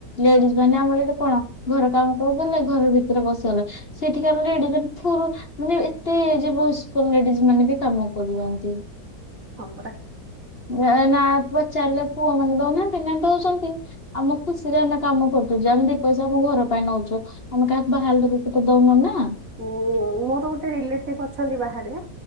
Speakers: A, on the left; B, on the right.
A: ଲେଡିଜ ମାନେ ଆମର ଆଡେ କଣ, ଘର କାମ କରଦେଲେ ଘର ଭିତରେ ବସିଗଲେ। ସେଠିକାର ଲେଡିଜ ଠାରୁ ମାନେ ଏତେ ଯେ ବଏସ୍କ ଲେଡିଜ ମାନେ ବି କାମ କରିଯାନ୍ତି।
B: ହଁ ପରା।
A: <unintelligible> ପଚାରିଲେ ପୁଅ ମାନେ ଦଉନାହାନ୍ତି, ନା ଦଉଛନ୍ତି ଆମ ଖୁସିରେ ଆମ କାମ କରଦଉଚୁ। ଆମେ ପଇସା ଆମ ଘର ପାଇଁ ନଉଛୁ, ଆମେ କାହାକୁ ବାହାର ଲୋକକୁ ତ ଦଉନୁ ନା।
B: ଉଁ ମୋର ଗୋଟେ ରିଲେଟିଭ ଅଛନ୍ତି ବାହାରେ,